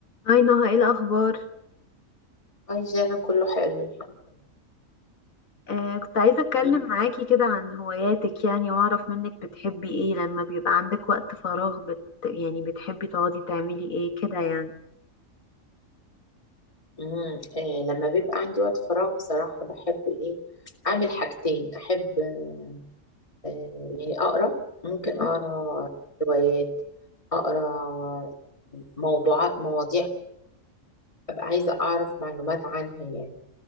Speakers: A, on the left (about 80°); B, on the left (about 25°).
A: هاي نهى ايه الاخبار
B: عايزة أنا كله حلو الحمد
A: آه كنت عايزه اتكلم
B: لله
A: معاكي كده عن هواياتك يعني واعرف منك بتحبي ايه لما بيبقى عندك وقت فراغ بت يعني بتحبي تقعدي تعملي ايه كده يعني
B: أمم، آه، لما بيبقى عندي وقت فراغ بصراحة بحب إيه أعمل حاجتين أحب آه، آه، يعني أقرأ ممكن
A: مهم.
B: أقرأ روايات أقرأ موضوعات مواضيع أبقى عايزة أعرف معلومات عنها يعني